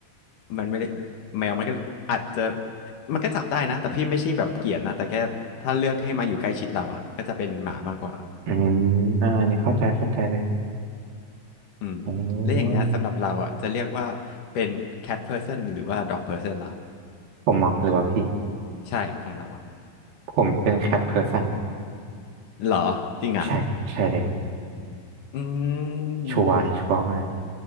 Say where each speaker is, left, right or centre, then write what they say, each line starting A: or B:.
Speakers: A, on the left (about 65°); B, on the right (about 85°).
A: มันไม่ได้แมวมันก็เลยอาจจะมันก็จับได้นะแต่พี่ไม่ใช่แบบเกลียดนะแต่แค่ถ้าเลือกให้มาอยู่ใกล้ชิดเราอ่ะก็จะเป็นหมามากกว่า
B: อืมอ่าอันนี่เข้าใจเข้าใจเลย
A: อืมแล้วอย่างเงี้ยสำหรับเราอ่ะจะเรียกว่าเป็น
B: อ๋อ
A: cat person หรือว่า dog person ล่ะ
B: ผมเหรอหรือว่าพี่
A: ใช่ของเราอ่ะ
B: ผมเป็นแคทเพอร์สัน
A: เหรอจริงอ่ะ
B: ใช่ใช่แล้ว
A: อืม
B: ชัวร์ชัวร์มาก